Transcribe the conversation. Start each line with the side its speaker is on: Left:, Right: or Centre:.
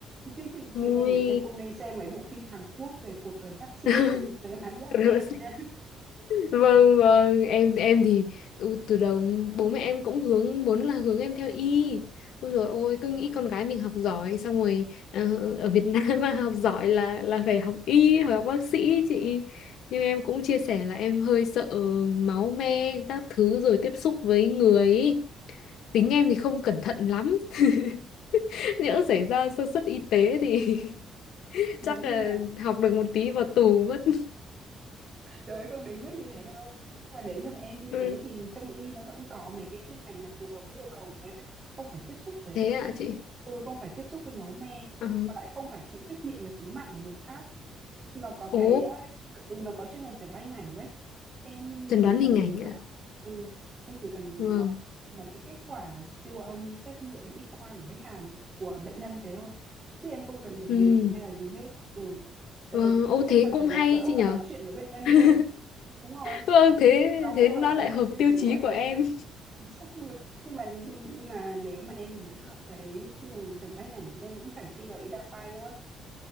Right: Chứ chị khuyên
Left: ôi.
Right: em là em không nên xem mấy bộ phim Hàn Quốc về cuộc đời bác sĩ
Left: <laughs>
Right: rồi rồi em bám đạo
Left: Rồi
Right: theo
Left: bác
Right: nha.
Left: sĩ
Right: <laughs>
Left: vâng vâng em em thì ừ, từ đầu bố mẹ em cũng hướng muốn là hướng em theo y Ôi rồi ôi cứ nghĩ con gái mình học giỏi xong rồi ờ, ở Việt <laughs> Nam mà học giỏi là là phải học y hoặc học bác sĩ ấy chị nhưng em cũng chia sẻ là em hơi sợ máu me các thứ rồi tiếp xúc với người ấy. tính em thì không cẩn thận lắm <laughs> nhỡ
Right: Ê,
Left: xảy ra sơ suất y tế thì <laughs>
Right: nếu
Left: chắc
Right: như
Left: là
Right: mà
Left: học được một tí vào tù mất <laughs>
Right: rồi không đến mức như thế đâu. Nhưng mà nếu như mà em như
Left: Ừ.
Right: thế thì trong y nó vẫn có mấy cái chuyên ngành mà phù hợp với yêu cầu của em ấy. Không phải tiếp xúc với
Left: thế
Right: bệnh nhân,
Left: ạ chị
Right: ừ, không phải tiếp xúc với máu me,
Left: Ờ.
Right: mà lại không phải chịu trách nhiệm về tính mạng của người khác. nó có cái
Left: ồ
Right: ờ, ừ, nó có chuyên ngành chẩn đoán hình ảnh đấy em
Left: Chẩn
Right: chỉ
Left: đoán
Right: cần
Left: hình ảnh
Right: là
Left: ạ.
Right: ừ, em chỉ cần
Left: Vâng.
Right: đọc mấy cái kết quả siêu âm xét nghiệm X quang của khách hàng của bệnh nhân thế thôi chứ em không cần phải
Left: Ừm.
Right: điều trị hay là gì hết ừ. cho
Left: Vâng,
Right: nên em
Left: ô
Right: cũng không
Left: thế
Right: cần
Left: cũng
Right: phải gặp
Left: hay
Right: gỡ
Left: chị nhở.
Right: và nói chuyện
Left: <laughs>
Right: với bệnh nhân luôn đúng rồi
Left: Vâng, thế
Right: nó
Left: thế
Right: phù
Left: nó
Right: hợp
Left: lại
Right: với cả
Left: hợp
Right: tiêu
Left: tiêu
Right: chí
Left: chí
Right: của em
Left: của em.
Right: đấy <laughs> chính xác luôn nhưng mà nhưng mà nếu mà em muốn học cái chuyên ngành chẩn đoán hình ảnh thì em vẫn phải thi vào y đa khoa nhá